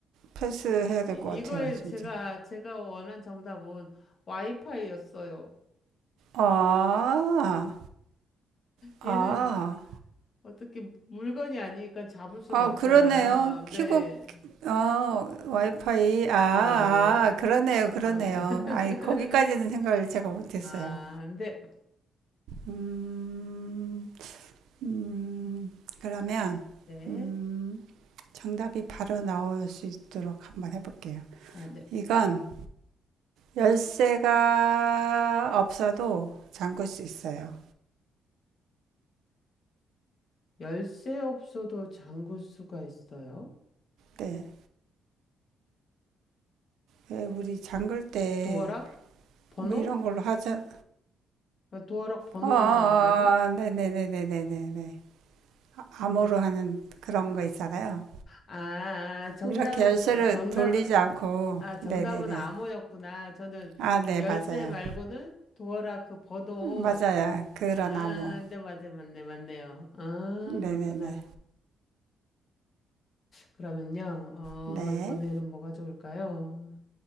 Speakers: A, on the right; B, on the left.
A: 패스해야 될
B: 이-
A: 것 같아요
B: 이거에
A: 진짜
B: 제가 제가 원한 정답은 와이파이였어요.
A: 아 아,
B: 얘는 어떻게 물건이 아니니까 잡을 수가
A: 아,
B: 없잖아요.
A: 그러네요.
B: 근데
A: 키고 어, 와이파이. 아,
B: 아, 네.
A: 아, 그러네요, 그러네요.
B: 아, 네. <laughs>
A: 아이, 거기까지는 생각을 제가 못했어요.
B: 아, 근데
A: 음, 음, 그러면,
B: 네.
A: 음, 정답이 바로 나올 수 있도록 한번 해볼게요.
B: 아, 네.
A: 이건 열쇠가 없어도 잠글 수 있어요.
B: 열쇠 없어도 잠글 수가 있어요.
A: 네. 왜 우리 잠글 때
B: 도어락 번호?
A: 뭐 이런 걸로 하자.
B: 아, 도어락 번호로
A: 어, 어,
B: 잠그는?
A: 어, 네네네네네네. 암호로
B: 그-
A: 하는 그런 거 있잖아요.
B: 아, 아, 정답은
A: 이렇게 열쇠를
B: 정답은
A: 돌리지 않고,
B: 아, 정답은
A: 네네네.
B: 암호였구나. 저는
A: 아, 네,
B: 열쇠
A: 맞아요.
B: 말고는 도어락 그 번호.
A: 맞아요. 그런
B: 아,
A: 나무.
B: 네, 맞네, 맞네, 맞네요. 아, 그렇구나.
A: 네네네.
B: 그러면요, 어,
A: 네.
B: 이번에는 뭐가 좋을까요?